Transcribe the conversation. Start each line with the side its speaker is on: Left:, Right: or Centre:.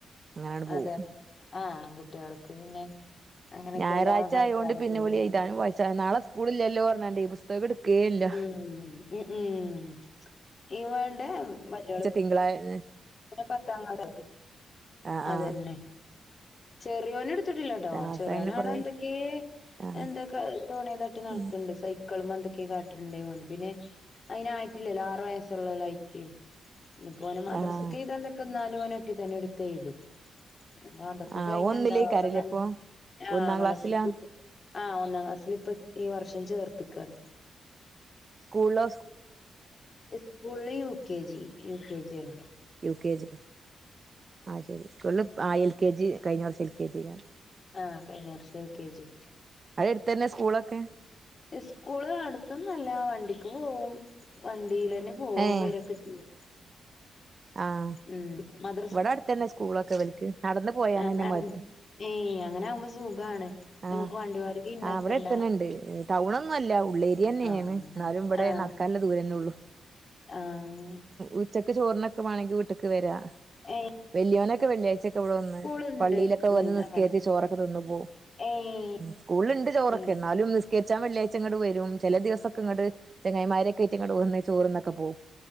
Right: അങ്ങനെയാണ് പോകും
Left: അതെ ആഹ് ആൺകുട്ടികൾക്ക് പിന്നെ- അങ്ങനെയൊക്കെ
Right: ഞായറാഴ്ച
Left: എല്ലാ കളിക്കാരെ
Right: ആയൊണ്ട് പിന്നെ
Left: പേരും
Right: ഇവിടെ
Left: അറിയാം
Right: എഴുതാനും വായിച്ചാനും നാളെ സ്കൂള് ഇല്ലോല്ലോ പറഞ്ഞാണ്ട് ഈ പുസ്തകം എടുക്കുകയെയില്ല
Left: ഉം ഉം ഉം ഇവിടെ വേ <unintelligible> ണ്ട മറ്റ
Right: തിങ്കളായി-
Left: പത്താം അതെ
Right: ആഹ്
Left: അത്തന്നെ
Right: ആഹ്
Left: ചെറിയോന് എടു- ത്തിട്ടില്ല കേട്ടോ
Right: പത്താം ക്ലാസ്സായോണ്ട്
Left: ചെറിയനാടോ
Right: കൊറേ
Left: എന്തൊക്കെ
Right: ആഹ്
Left: എന്തൊക്കെ തുണിതട്ടി നടക്കണ്ട്
Right: ഉം
Left: ക്കൾമ്മെ എന്തൊക്കെ കാട്ട്ണ് ഇണ്ട് ഓൻ പിന്നെ അയിന് ആയിറ്റ് ഇല്ലല്ലോ? ആറ് വയസ്സൊ ഒള്ളൊല്ലോ ആയിറ്റ്. ഇനിയിപ്പ ഓന് മാദ്രസക്കെ
Right: ആഹ്
Left: ഇ്തല്ലൊ <unintelligible> ക്കെ നാല ന ഒറ്റക്കനെടുത്ത് ചെയ്തു അപ്പ അതൊക്കെ
Right: ആഹ്
Left: കഴിഞ്ഞ
Right: ഓൻ
Left: എന്താ
Right: ഒന്നിലേക്കാരല്ലേ
Left: അവിടെ
Right: ഇപ്പൊ
Left: ആഹ്
Right: ഒന്നാം
Left: മദർസക്ക്-
Right: ക്ലാസ്സിലാ
Left: ആഹ് ഒന്നാം ക്ലാസ്സിൽ ഇപ്പൊ ഈ വർഷം ചേർത്തിക്കയാണ്
Right: school
Left: school U K G U K ജിയാണ്
Right: യു കെ ജി ആ ശരി സ്കൂള ആ എൽ കെ ജി കഴിഞ്ഞ പ്രാവിശ്യം എൽ കെ ജിണ്
Left: ആഹ് കഴിഞ്ഞ വർഷം യു കെ ജി
Right: അവിടെ അടുത്ത് തന്നെ സ്കൂളൊക്കെ
Left: സ്കൂള് അടുതൊന്നുയല്ല വണ്ടിക്ക് പോകവും വണ്ടിയില് തന്നെ പോകും
Right: ഏഹ്
Left: വരൊക്കെ ചെയ്യാം
Right: ആഹ്
Left: ഉം മത-
Right: ഇവിടെ അടുത്ത തന്നെ സ്കൂളൊക്കെ ഇവക്ക് നടന്നു പോയാനന്നെ
Left: ആഹ് നടന്ന്
Right: മതി
Left: ഏയ് അങ്ങനെ ആകുമ്പോ സുഖാണ്
Right: ആഹ്
Left: നമുക്ക് വണ്ടി വാടക ഇണ്ടാക്കണ്ട
Right: ആ ഇവിടെ അടുത്ത് തന്നെയുണ്ട് ടൗൺയൊന്നും അല്ല ഉള്ളേരിയ തന്നെയാണ്
Left: ആഹ്
Right: എന്നാലും ഇവിടെ
Left: ആഹ്
Right: നട- നടക്കാനുള്ള ദൂരെയെല്ലേ ഉള്ളൂ
Left: ആഹ്
Right: ഉച്ചക്ക് ചോറിനൊക്കെ വേണേല് വീട്ടിക്ക് വരിക
Left: ഏഹ്
Right: വെല്ലിയോനൊക്കെ വെള്ളിയാഴ്ചൊക്കെ ഇവിടെ വന്ന്
Left: സ്കൂളുണ്ട്
Right: പള്ളിയിലൊക്കെ
Left: ഉം
Right: വന്ന് നിസ്കരിച്ച്
Left: അങ്ങനെ
Right: ചോറൊക്കെ തിന്ന് പോവും.
Left: ഏയ്
Right: സ്കൂളിലുണ്ട് ചോറൊക്കെ
Left: ഉം
Right: എന്നാലും നിസ്കരിച്ചാ വെള്ളിയാഴ്ച ഇങ്ങട്ട് വരും ചെല ദിവസക്കെ ഇങ്ങട്ട് ചെങ്ങായിമാരെ സ്കരിച്ചിങ്ങോട്ട് പോ ചോറ് തിന്നൊക്കെ പോവും.